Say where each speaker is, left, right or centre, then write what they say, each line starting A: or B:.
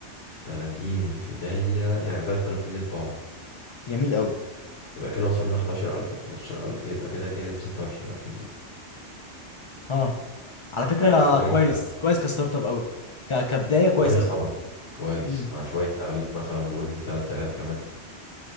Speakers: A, on the left; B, on the left.
A: 30 في 100 يعني 3000 جنيه طباعة
B: جميل قوي
A: يبقى كده وصلنا 11000 و15000 يبقى كده كام 26000 جنيه
B: اه على فكره
A: مع شوية
B: كويس كويس كستارت اب قوي ك... كبدايه كويس
A: كويس
B: قوي
A: طبعا كويس
B: مم.
A: مع شوية تغليف مثلا بقول 3000 كمان